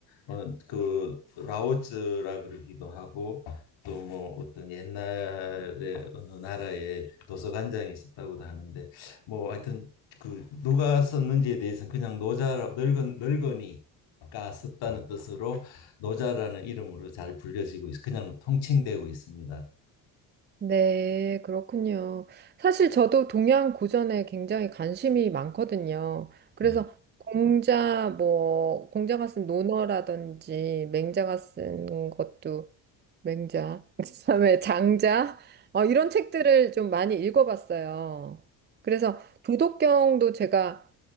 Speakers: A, on the left; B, on the right.
A: 어, 그 라오즈라 그러기도 하고 또 뭐 어떤 옛날에 어느 나라에 도서관장이 있었다고도 하는데 뭐 하여튼 그 누가 썼는지에 대해서는 그냥 노자 늙은 늙은이가 썼다는 뜻으로 노자라는 이름으로 잘 불려지고 있, 그냥 통칭되고 있습니다.
B: 네, 그렇군요. 사실 저도 동양 고전에 굉장히 관심이 많거든요. 그래서
A: 예.
B: 공자, 뭐, 공자가 쓴 논어라든지, 맹자가 쓴 것도, 맹자, <laughs> 그다음에 장자, 어, 이런 책들을 좀 많이 읽어봤어요. 그래서 도덕경도 제가